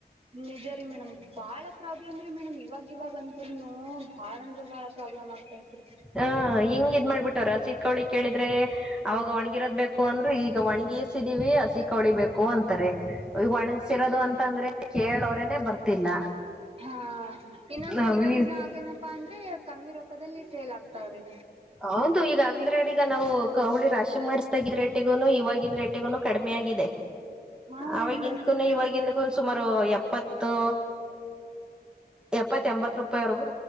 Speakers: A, on the right (about 35°); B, in the centre.
A: ನಿಜ ರೀ ಮೇಡಮ್ ಬಾಳ ಪ್ರಾಬ್ಲಮ ರೀ ಮೇಡಮ್ ಇವಾಗ. ಇವಾಗಂತರ್ನು ಬಾಳ ಅಂದ್ರೆ ಬಾಳ ಪ್ರಾಬ್ಲಮ್ ಆಗ್ತಾತೈತ್ರಿ.
B: ಹ ಹಿಂಗ್ ಇದ್ ಮಾಡ್ಬಿಟ್ಟವ ರಸೀತ್ ಕೌಳಿ ಕೇಳಿದ್ರೆ. ಅವಾಗ ಒಣ್ಗಿರೋದ್ ಬೇಕು ಅಂದ್ರೆ ಈಗ ಒಣ್ಗಿಸಿದೀವಿ ಹಸಿ ಕಳಿಬೇಕು ಅಂತಾರೆ. ಈಗ ಒಣಗಸರೋದು ಅಂತ ಅಂದ್ರೆ ಕೇಳೋರನೆ ಬರ್ತಿಲ್ಲ.
A: ಹಾ ಇನ್ನೊಂದ್
B: ನಾವ್
A: ಸ್ವಲ್ಪ
B: ಈ
A: ದಿನ ಆಗೇನಪಾ ಅಂದ್ರೆ ಕಮ್ಮಿ ರೊಕ್ಕದಲ್ಲಿ ಸೇಲ್ ಆಗ್ತಾವ್ರಿ.
B: ಹೌದು ಈಗಾಗಗ್ಲ್ರಡ್ ಈಗ ನಾವು ಕವಳಿ ರಾಶಿ ಮಾಡಿಸಸತಾಗಿದ ರೇಟಿಗೂನು ಇವಾಗಿನ ರೇಟಿಗೂನು ಕಡಿಮೆ ಆಗಿದೆ.
A: ಹಾ
B: ಅವವಾಗಿಕು
A: ರೀ ಮೇಡಮ್ರೀ
B: ದಕೂನು ಇವವಾಗಿಂದಕ್ಕೂ ಸುಮಾರು ಎಪ್ಪತ್ತು. ಎಪ್ಪತ್ತ ಎಂಬತ್ ರೂಪಾಯಿವರೆಗೂ